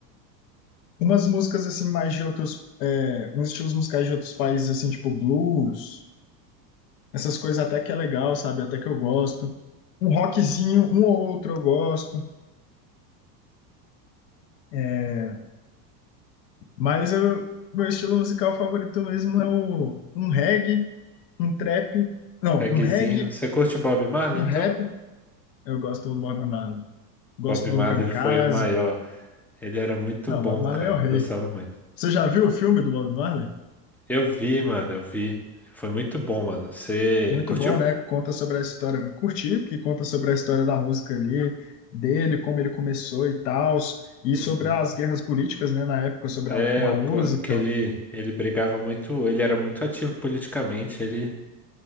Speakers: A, on the left; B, in the centre.
A: Umas músicas assim mais de outros, é, uns estilos musicais de outros países assim, tipo blues, essas coisas até que é legal, sabe? Até que eu gosto. Um rockzinho, um ou outro eu gosto, é, mas eu, meu estilo musical favorito mesmo é o, um reggae, um trap, não,
B: Pegzinho.
A: um reggae,
B: Você curte Bob Marley,
A: um
B: então?
A: rap. Eu gosto do Bob Marley. Gosto
B: Bob
A: do
B: Marley
A: um Kamikaze.
B: foi o maior. Ele era muito
A: Não,
B: bom,
A: Bob Marley
B: cara.
A: é o rei.
B: Eu gostava muito.
A: Você já viu o filme do Bob Marley?
B: Eu vi, mano, eu vi. Foi muito bom, mano. Você
A: Muito
B: curtiu?
A: bom, né? Conta sobre a história. Curti, que conta sobre a história da música ali, dele, como ele começou e tal, e
B: Uhum.
A: sobre as guerras políticas, né, na época, sobre
B: É,
A: a, com a
B: eu
A: música.
B: co- que ele, ele brigava muito. Ele era muito ativo politicamente. Ele.